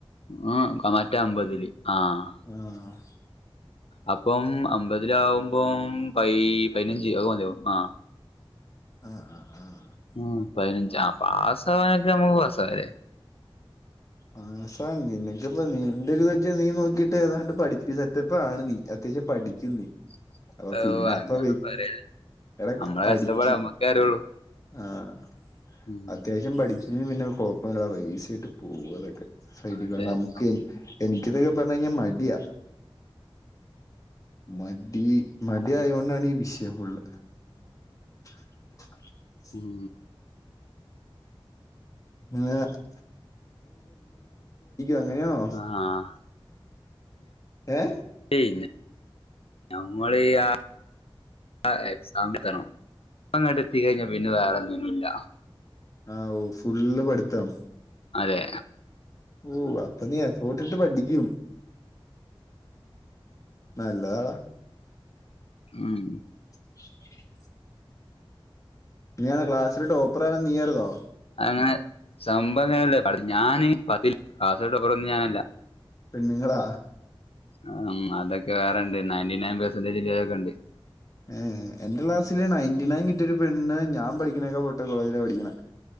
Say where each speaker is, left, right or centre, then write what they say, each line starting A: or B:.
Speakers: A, on the left; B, on the left.
A: ഉം മറ്റേ അമ്പതില് ആഹ്
B: ആഹ്
A: അപ്പം അമ്പതിലാകുമ്പോം പൈ പൈനഞ്ച് അത് മതിയാവും ആഹ്
B: <inaudible>
A: ഉം പൈനഞ്ച് ആ പാസവാനൊക്കെ നമൾ പാസാവുല്ലേ?
B: <unintelligible> അപ്പ നിനക്കിപ്പ നി നിന്റെ രു വിജ നീ നോക്കിയിട്ട് ഏതാണ്ട് പഠിപ്പി സെറ്റപ്പ് ആണ് നീ അത്യാശ്യം പഠിക്കും നീ.
A: <inaudible>
B: അപ്പൊ
A: ഓഹ്
B: പിന്നെ
A: അങ്ങന
B: അപ്പൊ
A: ഒന്നും പറയല്ലേ
B: എടാ
A: നമ്മള
B: പഠിക്ക്
A: കഷ്ടപ്പാട് നമ്മക്ക അറിയാള്ളു.
B: ആഹ്
A: <inaudible>
B: അത്യാവശ്യം <unintelligible>
A: അതെ അതെ.
B: എനിക്കിത് പറഞ്ഞഴിഞ്ഞാൽ മടിയാ. മടി മടി ആയോണ്ടാണ് ഈ വിഷയം ഫുൾ. <unintelligible>
A: ഉം
B: <unintelligible> അങ്ങനെയാ ണോ
A: ആഹ്
B: ഏ
A: ഏയ് നമ്മൾ ആ ആഹ് എക്സാം എയ്തണം അങ്ങട്ട് എത്തി കഴിഞ്ഞാ പിന്നെ വേറൊന്നിനും ഇല്ല
B: ആഹ് ഊ ഫുള്ള് പഠ്ത്തം
A: അതെ
B: ഓ അപ്പൊ നീ എഫോട്ട്ട്ട് പഠിക്കും നല്ലതാട
A: ഉം
B: <unintelligible> നീയാണോ ക്ലാസ്സില് ടോപ്പറ് നീയായ്രുന്നോ?
A: <unintelligible>
B: പെണ്ണ്ങ്ങളാ
A: ആഹ് ഉം അതൊക്കെ വേറെണ്ട് നയന്റി നയൻ പെർസെന്റേജ്ല്ലോലെക്കെ ഇണ്ട്.
B: ഏഹ് ഏഹ് എന്റെ ക്ലാസില് നയന്റി നയൻ കിട്ടിയൊരു പെണ്ണ് ഞാൻ പഠിക്ണേക്കെ <unintelligible> കോളേജിലാ പഠിക്ക്ണെ